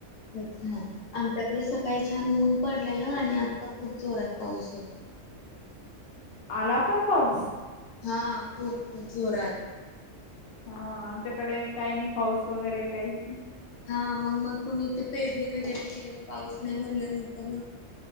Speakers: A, on the left (about 85°); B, on the left (about 60°).
A: अच्छा आमच्याकडे सकाळी छान ऊन पडलेलं आणि आत्ता खूप जोरात पाऊस येतोय.
B: आला पण पाऊस.
A: हा खूप खूप जोरात.
B: हा आमच्याकडे काय नाही पाऊस वगैरे काहीच
A: हा मग मग तुम्ही तेे पेरणी वगैरे केलेलं पाऊस नाही म्हणल्यानंतरनं